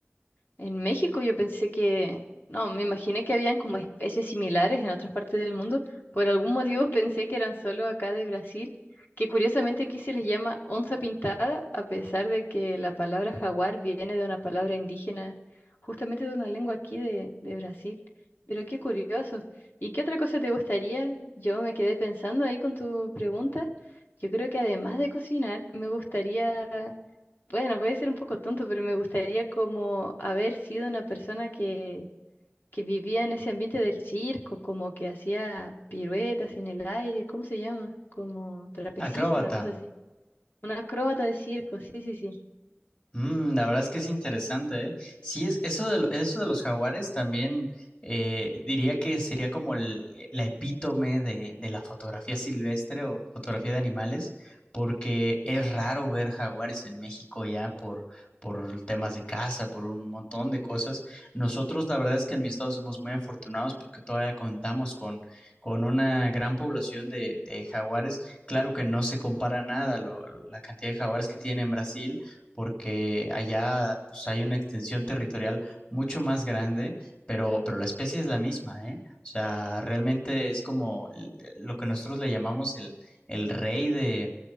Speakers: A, on the left (about 55°); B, on the left (about 35°).
A: En México yo pensé que, no, me imaginé que habían como especies similares en otras partes del mundo. Por algún motivo <laughs> pensé que eran solo acá de Brasil, que curiosamente aquí se les llama onza pintada, a pesar de que la palabra jaguar viene de una palabra indígena, justamente de una lengua aquí de, de Brasil. Pero qué curioso. ¿Y qué otra cosa te gustaría? Yo me quedé pensando ahí con tu pregunta. Yo creo que además de cocinar, me gustaría bueno, puede ser un poco tonto, pero me gustaría como haber sido una persona que, que vivía en ese ambiente del circo, como que hacía piruetas en el aire, ¿cómo se llama? Como trapecista,
B: Acróbata.
A: una cosa así. Una acróbata de circo, sí, sí, sí.
B: Mm, la verdad es que es interesante, ¿eh? Sí, es, eso de, lo- eso de los jaguares también eh, diría que sería como el- la epítome de, de la fotografía silvestre o fotografía de animales, porque es raro ver jaguares en México ya por, por temas de caza, por un montón de cosas. Nosotros, la verdad es que en mi estado somos muy afortunados porque todavía contamos con, con una gran población de, de jaguares. Claro que no se compara nada lo- la cantidad de jaguares que tiene en Brasil porque allá pues, hay una extensión territorial mucho más grande, pero, pero la especie es la misma, ¿eh? O sea, realmente es como l- lo que nosotros le llamamos el, el rey de,